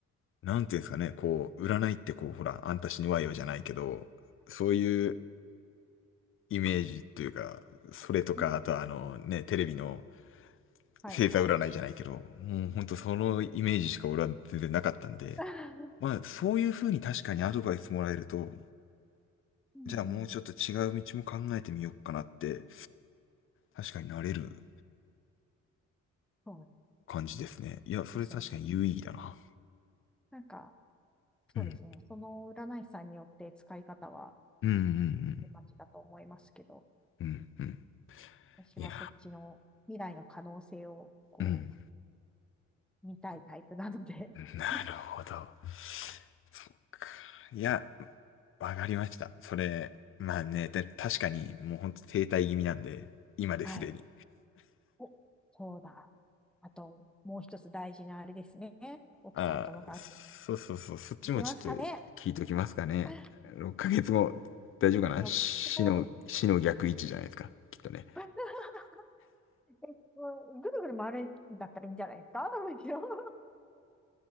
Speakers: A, on the left; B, in the centre.
A: なんていうんですかね、こう、占いってこう、ほら、あんた死ぬわよじゃないけど、そういうイメージというか、それとか、
B: <laughs>
A: あとはあのね、テレビの、
B: はいはい。
A: 星座占いじゃないけど、もうほんとそのイメージしか俺は全然なかったんで、
B: <laughs>
A: まあそういう風に確かにアドバイスもらえると、
B: うんうん。
A: じゃあもうちょっと違う道も考えてみようかなって、確かになれる
B: そう
A: 感じですね。いや、それ確かに有意義だな。
B: ですよね。なんか、そうですね。
A: うん。
B: その占い師さんによって使い方は
A: うんうんうん
B: まちだと思いますけど、
A: うんうんうん
B: 私はそっちの未来の可能性をこ
A: いやー、うん。
B: う、見たいタイプなので、<laughs>
A: なるほど。そっか。いや、わかりました。それ、まあね、で確かにもうほんと停滞気味なんで、今ですでに。
B: はい。お、そうだ。あと、もう一つ大事なあれですね。奥さんとの関係も。
A: ああ、そうそうそう、そっちもちょっと聞いときますかね。
B: いきますかね。<laughs>
A: 6ヶ月後、大丈夫かな死の、
B: もうこれも
A: 死の逆位置じゃないですか、きっとね。
B: <laughs> えっとぐるぐる回るんだったらいいんじゃないですかむしろ <laughs>